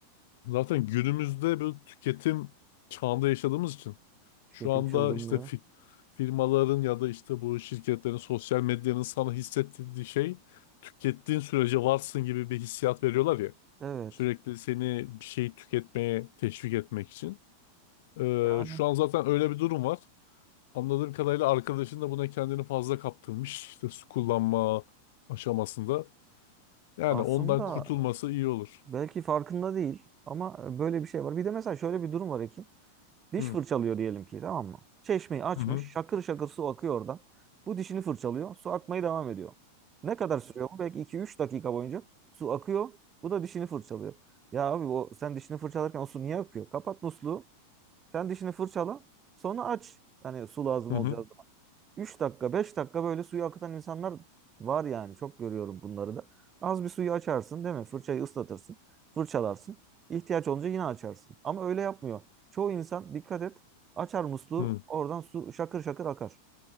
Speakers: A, on the left; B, on the right.
A: Zaten günümüzde bir tüketim çağında yaşadığımız için
B: Tüketim
A: şu anda
B: çılgınlığı.
A: işte fi- firmaların ya da işte bu şirketlerin sosyal medyanın sana hissettirdiği şey tükettiğin sürece varsın gibi bir hissiyat veriyorlar ya.
B: Evet.
A: Sürekli seni bir şey tüketmeye teşvik etmek için. Ee,
B: Yani
A: şu an zaten öyle bir durum var. Anladığım kadarıyla arkadaşın da buna kendini fazla kaptırmış. İşte su kullanma aşamasında. Yani
B: aslında
A: ondan kurtulması iyi olur.
B: Belki farkında değil ama e, böyle bir şey var. Bir de mesela şöyle bir durum var Ekin. Diş
A: Hı
B: fırçalıyor diyelim ki tamam mı? Çeşmeyi açmış
A: hı hı
B: şakır şakır su akıyor oradan. Bu dişini fırçalıyor su akmaya devam ediyor. Ne kadar sürüyor bu? Belki iki üç dakika boyunca su akıyor. Bu da dişini fırçalıyor. Ya abi o sen dişini fırçalarken o su niye akıyor? Kapat musluğu. Sen dişini fırçala. Sonra aç. Yani su lazım
A: hı
B: olacak
A: hı.
B: 3 dakika 5 dakika böyle suyu akıtan insanlar var yani. Çok görüyorum bunları da. Az bir suyu açarsın değil mi? Fırçayı ıslatırsın. Fırçalarsın. İhtiyaç olunca yine açarsın. Ama öyle yapmıyor. Çoğu insan dikkat et açar musluğu
A: hı.
B: oradan su şakır şakır akar.